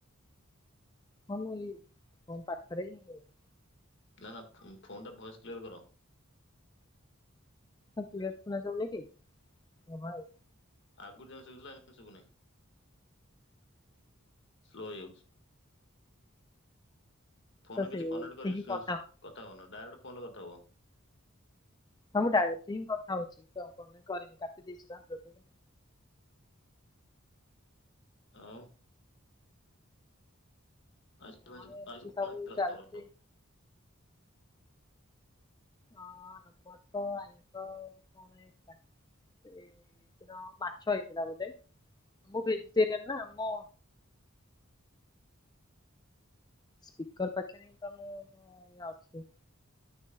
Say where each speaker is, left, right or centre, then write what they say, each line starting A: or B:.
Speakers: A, on the left (about 20°); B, on the left (about 55°).
A: ହଁ ମୁଁ ଏଇ କଲ ପାଖରେ ହିଁ। <unintelligible>
B: ନା- ନା ଫୋନ୍ ଟା ଭଏସ୍ କ୍ଲିୟର କର।
A: <unintelligible> କ୍ଲିୟର ଶୁଣା ଯାଉନି କି? <unintelligible>
B: ଆଗରୁ ଯେମିତି ଶୁଭୁଥିଲା ଏବେ ଶୁଭୁନେଇ। ସ୍ଲୋ ହେଇ ଯାଉଚି। ଫୋନରେ
A: ତ ସେମିତି
B: କିଛି କନେକ୍ଟ କରିକି
A: ହିଁ କଥା ହଉଛି।
B: କଥା ହୁଅନା, ଡାଇରେକ୍ଟ ଫୋନରେ କଥା ହୁଅ।
A: ହଁ ମୁଁ ଡାଇରେକ୍ଟ ହିଁ କଥାହଉଛି, କନେକ୍ଟ କରିନି କାଟି ଦେଇଛି ବା ଦେଖୁନୁ।
B: ଆଉ ଆଜି
A: <unintelligible>
B: ଆଜି-
A: ଏମିତି
B: ଆଜି କଣ
A: ସବୁ
B: ହେଇଥିଲା ତମର?
A: ଚାଲିଛି ହଁ ଆମର ତ ଆଇଁଷ <unintelligible> ସେ ମାଛ ହେଇଥିଲା ବୋଧେ, ମୁଁ ଭେଜିଟେରିଆନ୍ ନା ମୋ ସ୍ପିକର ପାଖରେ ହିଁ ତ ମୁଁ ଇ ଅଛି।